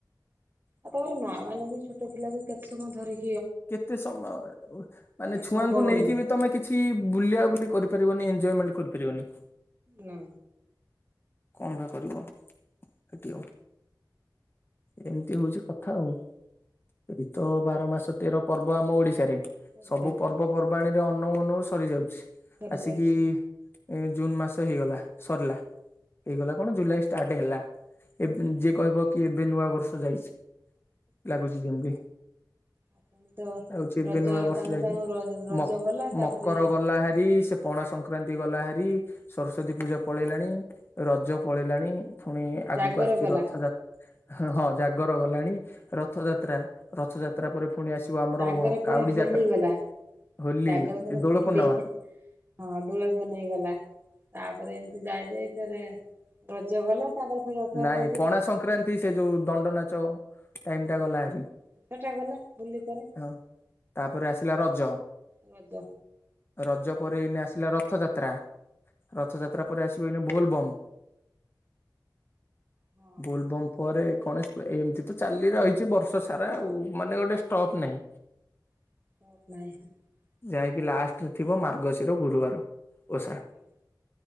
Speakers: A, on the right; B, on the left.
A: ଆ ତାପରେ ମା ମାନେ ବି ଛୋଟ ପିଲାକୁ କେତେ ସମୟ ଧରି
B: କେତେ ସମୟ ମାନେ ଛୁଆଙ୍କୁ
A: ସମ୍ଭବ
B: ନେଇକି
A: ନୁହେଁ
B: ବି ତମେ କିଛି ବୁଲିିଆ ବୁଲି କରିପାରିବନି ଏଞ୍ଜୟମେଣ୍ଟ କରିପାରିବନି।
A: ନା।
B: କଣ ବା କରିବ। ହେଠି ଆଉ। ଏମିତି ହଉଛି କଥା ଆଉ। ଏଇତ ବାର ମାସ ତେର ପର୍ବ ଆମ ଓଡିଶାରେ।
A: ଓଡିଶାରେ
B: ସବୁ ପର୍ବ ପର୍ବାଣ ରେ ଅନଉ ଅନଉ ସରି ଯାଉଚି।
A: ସରିଯାଉଛି
B: ଆସିକି ଏ ଜୁନ୍ ମାସ ହେଇଗଲା, ସରିଲା। ହେଇଗଲା କଣ ଜୁଲାଇ ଷ୍ଟାର୍ଟ ହେଲା। ଏ ଯିଏ କହିବ କି ଏବେ ନୂଆ ବର୍ଷ ଯାଇଚି। ଲାଗୁଛି ଯେମତି।
A: ଆପଣ ତ
B: ଲାଗୁଚି ଏବେ
A: ରଜ
B: ନୂଆ ବର୍ଷ
A: ଚାହୁଁ
B: ଯାଇଚି।
A: ଚାହୁଁ ରଜ
B: ମ
A: ଗଲା ତାପରେ
B: ମକର ଗଲା ହାରି ସେ ପଣା ସଂକ୍ରାନ୍ତି ଗଲା ହାରିି ସରସ୍ଵତୀ ପୂଜା ପଳେଇଲାଣି ରଜ ପଳେଇଲାଣି। ପୁଣି
A: ଜାଗର
B: ଆଗକୁ ଆସୁଛି
A: ଗଲା
B: ରଥଯା ହଁ ଯା ଜାଗର ଗଲାଣି। ରଥଯାତ୍ରା ରଥଯାତ୍ରା ପରେ ପୁଣି ଆସିବ ଆମର
A: ଜାଗର ପରେ
B: କାଉଡି
A: ହୋଲି
B: ଯାତ୍ରା।
A: ଗଲା
B: ହୋଲି,
A: ଜାଗର ପରେ
B: ଦୋଳ
A: ହୋଲି
B: ପୂର୍ଣ୍ଣମା
A: ହଁ ଦୋଳପୂନେଇ ଗଲା। ତାପରେ ଏମିତି ଯାଇଯାଇ ରଜ ଗଲା, ତାପରେ ଫେରେ ରଥଯାତ୍ରା
B: ନାଇଁ
A: ଯିବ।
B: ପଣା ସଂକ୍ରାନ୍ତି ସେ ଯୋଉ ଦଣ୍ଡ ନାଚ ଟାଇମ
A: ହଁ
B: ଟା ଗଲା ହାରି
A: ସେଟା ଗଲା ହୋଲି ପରେ।
B: ହଁ ତାପରେ ଆସିଲା ରଜ
A: ରଜ
B: ରଜ ପରେ ଏଇନା ଆସିଲା ରଥଯାତ୍ରା। ରଥଯା ତ୍ରା ତାପରେ ଆସିବ ଏଇନା ବୋଲବମ୍।
A: ହଁ
B: ବୋଲବମ୍ ପରେ ଗଣେଶ ପୁ ଏମିତି ତ ଚାଲି ରହିଛି ବର୍ଷ ସାରା ଆଉ ମାନେ ଗୋଟେ ଷ୍ଟପ୍ ନାହିଁ।
A: <unintelligible>
B: ଯାହାକି ଲାଷ୍ଟରେ ଥିବ ମାର୍ଗଶିର ଗୁରୁବାର। ଓଷା
A: ଗୁରୁବାର।